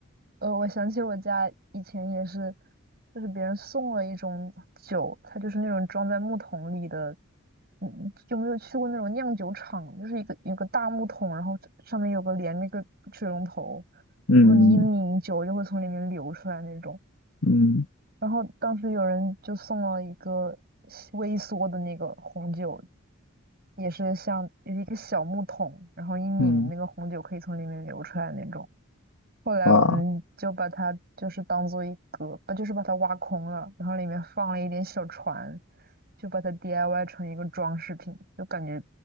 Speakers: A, on the right; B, on the left.
A: 呃，我想起我家以前也是，就是别人送了一种酒，它就是那种装在木桶里的。嗯，你有没有去过那种酿酒厂？就是一个有个大木桶，然后上面有个连那个水龙头，
B: 嗯
A: 然后你一拧酒就会从里面流出来那种。
B: 嗯
A: 然后当时有人就送了一个西微缩的那个红酒，也是像有一个小木桶，然后一拧那个红酒可以从里面流出来那种。
B: 嗯，
A: 后来我们就把它就是当做一个，
B: 哇
A: 不就是把它挖空了，然后里面放了一点小船，就把它 DIY 成一个装饰品，就感觉